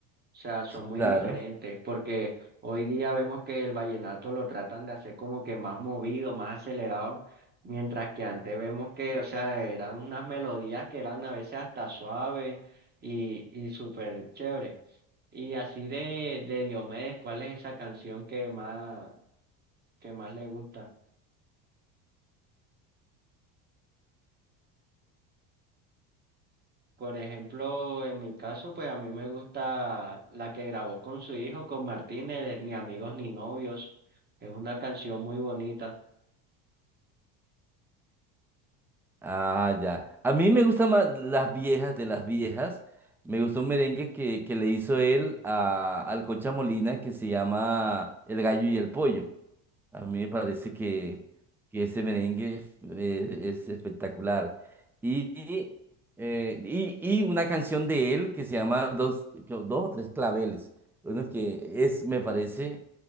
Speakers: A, on the right; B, in the centre.
A: O sea, son
B: Sí,
A: muy
B: claro.
A: diferentes, porque hoy día vemos que el vallenato lo tratan de hacer como que más movido, más acelerado, mientras que antes vemos que, o sea, eran unas melodías que eran a veces hasta suaves y, y súper chévere. Y así de, de Diomedes, ¿cuál es esa canción que más, que más le gusta? Por ejemplo, en mi caso, pues a mí me gusta la que grabó con su hijo, con Martínez, Ni amigos ni novios. Es una canción muy bonita.
B: Ah, ya. A mí me gustan más las viejas de las viejas. Me gustó un merengue que, que le hizo él a, al Cocha Molina que se llama El gallo y el pollo. A mí me parece que, que ese merengue eh, es espectacular. Y, y, eh, y- y una canción de él que se llama Dos, creo, dos o tres claveles. Uno que es, me parece,